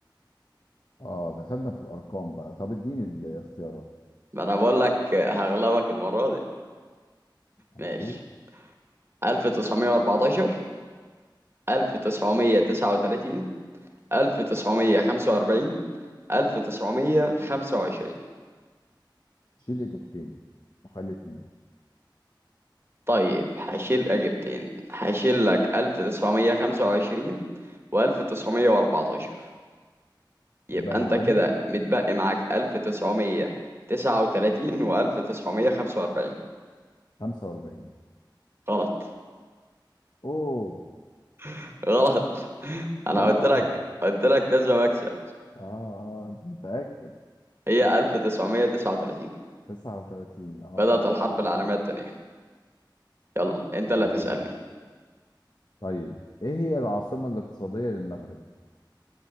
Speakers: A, on the left; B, on the right.
A: اه دخلنا في الارقام بقى طب اديني الاختيارات
B: ما أنا بقول لك هغلبك المرة دي
A: هنشوف
B: ماشي 1914 1939 ألف تسعمية خمسة وأربعين ألف تسعمية خمسة وعشرين
A: شيل اجابتين وخلي اتنين
B: طيب هشيل إجابتين هشيل لك ألف تسعمية خمسة وعشرين وألف تسعمية وأربعتاشر يبقى
A: يبقى
B: أنت
A: معانا
B: كده متبقي معاك ألف تسعمية تسعة وتلاتين وألف تسعمية خمسة وأربعين
A: 45
B: غلط
A: اوه
B: <laughs> غلط أنا
A: والله
B: قلت لك قلت لك لازم أكسب
A: اه اه انت متأكد
B: هي ألف تسعمية تسعة وتلاتين
A: 39 اه
B: بدأت الحرب
A: لا
B: العالمية
A: لا
B: التانية يلا أنت
A: تمام
B: اللي هتسألني
A: طيب ايه هي العاصمة الاقتصادية للمغرب